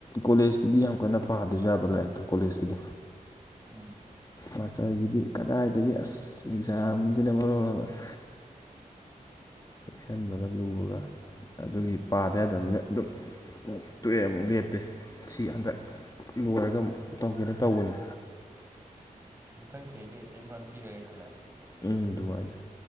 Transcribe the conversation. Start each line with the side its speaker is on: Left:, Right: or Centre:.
Left: ꯀꯣꯂꯦꯖꯇꯨꯗꯤ ꯌꯥꯝ ꯀꯟꯅ ꯄꯥꯗꯁꯨ ꯌꯥꯕ ꯂꯥꯏꯔꯤꯛ ꯀꯣꯂꯦꯖꯀꯤꯗꯣ
Right: ꯎꯝ
Left: ꯃꯥꯁꯇꯔꯒꯤꯗꯤ ꯀꯗꯥꯏꯗꯒꯤ ꯑꯁ ꯑꯦꯛꯖꯥꯝꯁꯤꯅ ꯃꯔꯣꯜ ꯑꯃ <unintelligible> ꯆꯦꯛꯁꯤꯟꯕꯒ ꯂꯨꯕꯒ ꯑꯗꯨꯒꯤ ꯄꯥꯗ ꯑꯗꯨꯝ ꯑꯗꯨꯝ ꯇꯣꯛꯑꯦ ꯑꯃꯨꯛ ꯂꯦꯞꯄꯦ ꯁꯤ ꯍꯟꯗꯛ ꯂꯣꯏꯔꯒ ꯑꯃ ꯇꯧꯒꯦꯅ ꯇꯧꯕꯅꯤ
Right: ꯃꯊꯪ ꯆꯍꯤꯗꯩ ꯑꯦꯇꯦꯝ ꯐꯅ ꯄꯤꯔꯒꯦ ꯈꯜꯂꯦ
Left: ꯎꯝ ꯑꯗꯨꯃꯥꯏꯅ